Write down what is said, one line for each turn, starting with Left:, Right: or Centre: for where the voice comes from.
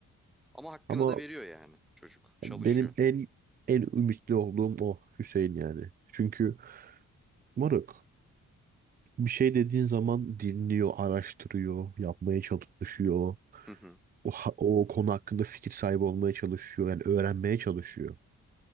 Centre: Ama hakkını
Right: Ama
Centre: da veriyor yani çocuk. Çalışıyor.
Right: benim en en ümitli olduğum o Hüseyin yani. Çünkü moruk bir şey dediğin zaman dinliyor, araştırıyor, yapmaya çalışıyor.
Centre: Hı hı.
Right: O, ha- o konu hakkında fikir sahibi olmaya çalışıyor. Yani öğrenmeye çalışıyor.